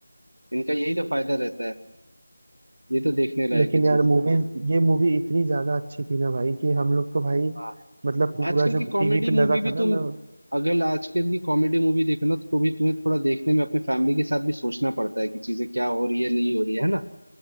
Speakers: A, on the right (about 75°); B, on the right (about 35°).
A: इनका यही तो फायदा रहता है ये तो देखने लायक
B: लेकिन
A: है चीज
B: यार मूवीज ये मूवी इतनी ज्यादा अच्छी थी ना भाई कि हम लोग तो भाई
A: हाँ
B: मतलब पूरा
A: आजकल की
B: जो
A: कॉमेडी
B: टीवी पे लगा
A: मूवी भी
B: था ना
A: तुम
B: मैं
A: अगर आजकल की कॉमेडी मूवी देखना तो भी तुम्हें थोड़ा देखने में अपने फैमिली के साथ भी सोचना पड़ता है कि चीजें क्या हो रही है नहीं हो रही है है ना